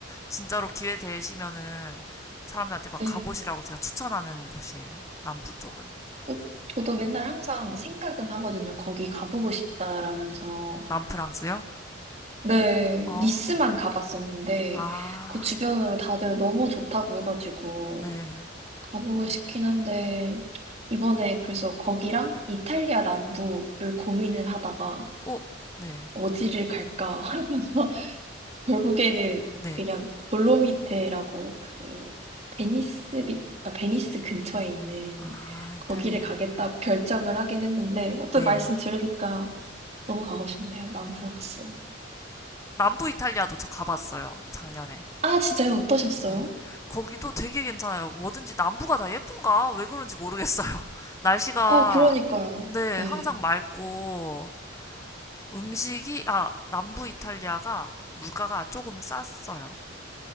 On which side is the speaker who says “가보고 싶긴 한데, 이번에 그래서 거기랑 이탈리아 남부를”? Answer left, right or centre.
Right